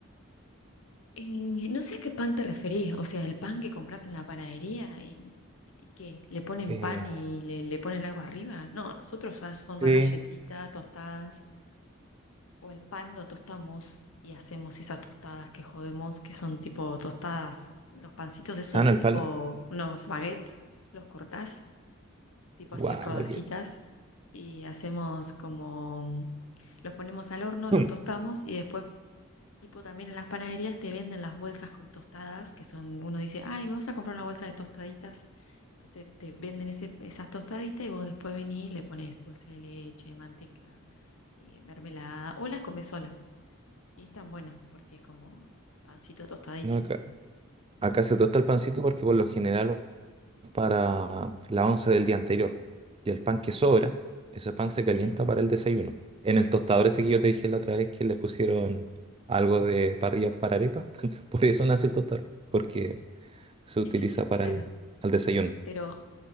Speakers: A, on the left; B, on the right.
A: Y no sé a qué pan te referís, o sea, el pan que compras en la panadería y, y qué, le ponen
B: Eh,
A: pan y le, le ponen algo arriba. No, nosotros ya son más
B: sí.
A: galletitas, tostadas, o el pan lo tostamos y hacemos esas tostadas que jodemos, que son tipo tostadas, los pancitos esos
B: Ah, no, el
A: tipo,
B: pan.
A: unos baguettes, los cortás, tipo así
B: Guau,
A: en rodajitas,
B: baguette
A: y hacemos como, los ponemos al horno,
B: Mm.
A: los tostamos y después Tipo, también en las panaderías te venden las bolsas con tostadas, que son, uno dice, ay, me vas a comprar una bolsa de tostaditas. Entonces te venden ese- esas tostaditas y vos después venís y le pones dulce de leche, manteca, eh, mermelada, o las comes sola. Y están buenas porque es como pancito tostadito.
B: <clears throat> No, acá, acá se tosta el pancito porque por lo general para la once del día anterior. Y el pan que sobra, ese pan se calienta
A: Sí,
B: para el desayuno. En el tostador ese que yo te dije la otra vez que le pusieron algo de parrilla para arepa, <laughs> por eso nació el tostador. Porque se utiliza
A: es
B: para
A: claro.
B: el, al desayuno,
A: Pero,